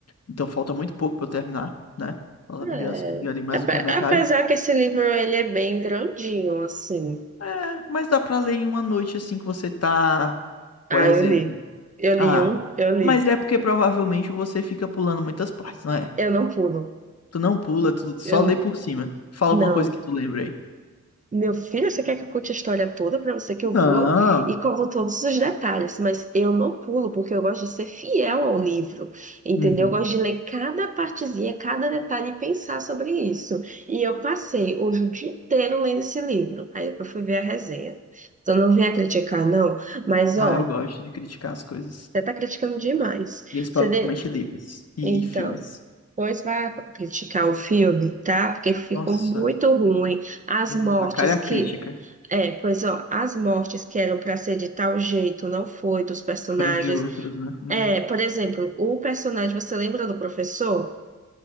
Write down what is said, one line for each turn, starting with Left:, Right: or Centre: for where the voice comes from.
Left: Então falta muito pouco pra eu terminar, né? Fala-
Right: É,
Left: Já, já li mais
Right: ape-
Left: do que a metade.
Right: apesar que esse livro ele é bem grandinho, assim.
Left: É, mas dá pra ler em uma noite assim que você tá, por
Right: Ah,
Left: exemplo.
Right: eu li. Eu
Left: Ah,
Right: li, eu, eu li.
Left: mas é porque provavelmente você fica pulando muitas partes, não é?
Right: Eu não pulo.
Left: Tu não pula, tu só
Right: Eu,
Left: lê por cima. Fala
Right: não.
Left: alguma coisa que tu lembra aí.
Right: Meu filho, você quer que eu conte a história toda pra você que eu vou
Left: Não.
Right: e conto todos os detalhes, mas eu não pulo porque eu gosto de ser fiel ao livro, entendeu?
Left: Uhum.
Right: Eu gosto de ler cada partezinha, cada detalhe e pensar sobre isso. E eu passei hoje o dia inteiro lendo esse livro. Aí depois fui ver a resenha. Então não venha criticar, não, mas
Left: Ah,
Right: ó,
Left: eu gosto de criticar as coisas.
Right: você tá criticando demais.
Left: Principalmente
Right: Você, de-
Left: livros e,
Right: então,
Left: e filmes.
Right: pois vai criticar o filme, tá? Porque ficou
Left: Nossa,
Right: muito ruim. As
Left: eu
Right: mortes
Left: vou tacar a
Right: que.
Left: crítica.
Right: É, pois ó, as mortes que eram para ser de tal jeito não foi dos personagens.
Left: Foram de outros, né? Hum,
Right: É, por exemplo, o personagem, você lembra do professor?